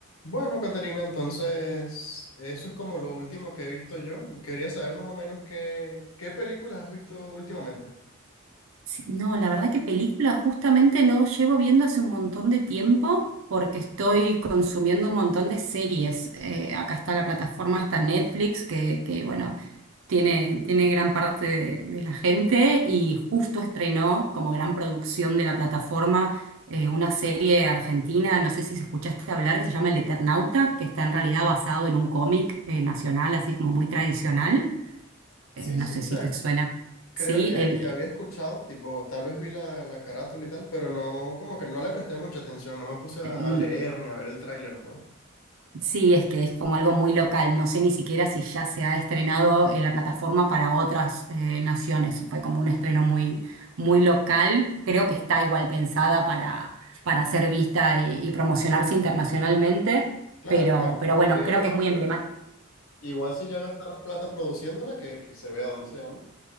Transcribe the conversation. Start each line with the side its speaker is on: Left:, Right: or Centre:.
Left: Bueno, Caterina, entonces eso es como lo último que he visto yo. Quería saber más o menos qué, qué películas has visto últimamente.
Right: Sí, No, la verdad que película justamente no llevo viendo hace un montón de tiempo porque estoy consumiendo un montón de series. Eh, acá está la plataforma, está Netflix, que, que, bueno, tiene, tiene gran parte de, de la gente y justo estrenó como gran producción de la plataforma eh, una serie argentina, no sé si se escuchaste hablar, que se llama El Eternauta, que está en realidad basado en un cómic eh, nacional, así como muy tradicional.
Left: Sí,
Right: Eh, no
Left: sí,
Right: sé
Left: o
Right: si
Left: sea,
Right: te suena.
Left: creo
Right: Sí,
Left: que,
Right: el...
Left: que había escuchado, tipo, tal vez vi la, la carátula y tal, pero no, como que no le presté mucha atención, no me puse a
Right: eh,
Left: leer ni a ver el tráiler, pues.
Right: Sí, es que es como algo muy local. No sé ni siquiera si ya se ha estrenado en la plataforma para otras eh, naciones. Fue como un estreno muy, muy local. Creo que está igual pensada para, para ser vista y, y promocionarse internacionalmente,
Left: Claro,
Right: pero,
Left: claro,
Right: pero
Left: sería
Right: bueno, creo
Left: lo
Right: que
Left: lógico,
Right: es muy emblemática.
Left: porque igual si ya gastaron plata produciéndola, que, que se vea donde sea, ¿no?